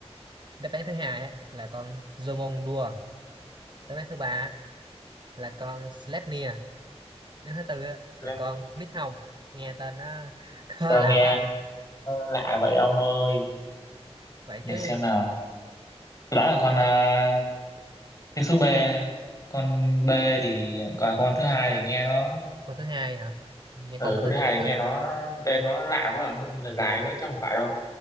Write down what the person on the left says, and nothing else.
Được.
sao
nghe
lạ vậy ông ơi
để
xem nào tôi đoán là
con à, cái số B con B thì còn con thứ hai
thì nghe nó
ừ
con
thứ
hai thì
nghe nó tên nó lạ quá là, là dài nữa chứ không phải đâu